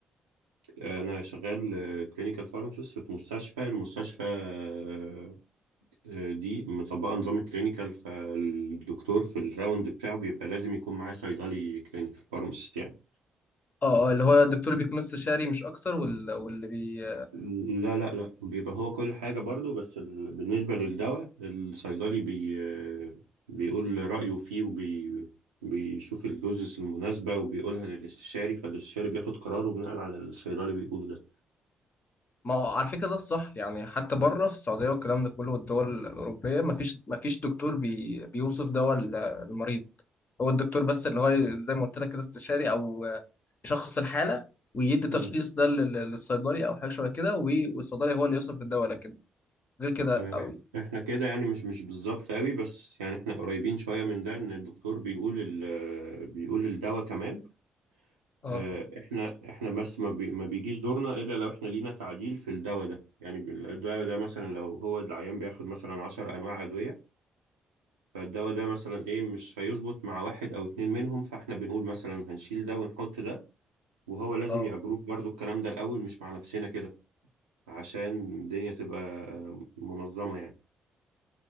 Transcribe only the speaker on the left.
اه اه اللي هو الدكتور بيكون استشاري مش اكتر وال- واللي بي
ما هو على فكرة ده الصح يعني حتى بره في السعودية والكلام ده كله والدول الأوروبية مفيش مفيش دكتور بي بيوصف دواء ال- المريض هو الدكتور بس اللي هو زي ما قلت لك كده استشاري أو يشخص الحالة ويدي تشخيص
ده لل- للصيدلي أو حاجة شبه كده و- والصيدلي هو اللي يوصف الدواء لكن غير كده
أوي
اه
اه